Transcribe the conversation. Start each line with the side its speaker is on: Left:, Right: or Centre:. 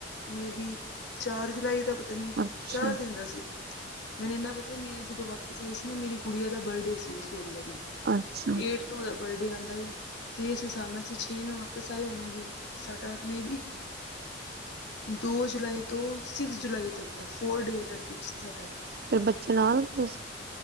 Left: ਮੇ ਬੀ। ਚਾਰ ਜੁਲਾਈ ਦਾ ਪਤਾ ਨੀ,
Right: ਅੱਛਾ
Left: ਚਾਰ ਦਿਨ ਦਾ ਸੀ। ਮੈਨੂੰ ਇੰਨਾ ਪਤਾ ਮੈਂ ਜਦੋਂ ਵਾਪਿਸ ਆਈ ਸੀ ਨਾ, ਮੇਰੀ ਕੁੜੀ ਦਾ ਬਰਡੇ ਸੀ ਉਸ ਤੋ ਅਗਲੇ ਦਿਨ।
Right: ਅੱਛਾ।
Left: ' ਤੇ ਓਦਾ ਬਰਡੇ ਆਂਦਾ ਸੀ, 'ਤੇ ਇਸ ਹਿਸਾਬ ਨਾਲ ਅਸੀਂ ਛੇ ਨੂੰ ਵਾਪਿਸ ਆਈ ਹੋਵਾਂਗੀ। ਸਾਡਾ, ਮੇ ਬੀ, ਦੋ ਜੁਲਾਈ ਤੋਂ ਸਿਕਸ ਜੁਲਾਈ ਤੱਕ। ਦਾ ਫੋਰ ਡੇਜ਼ ਦਾ ਟ੍ਰਿਪ ਸੀ ਸਾਡਾ।
Right: ਫੇਰ ਬੱਚੇ ਨਾਲ ਗਏ ਸੀਂ।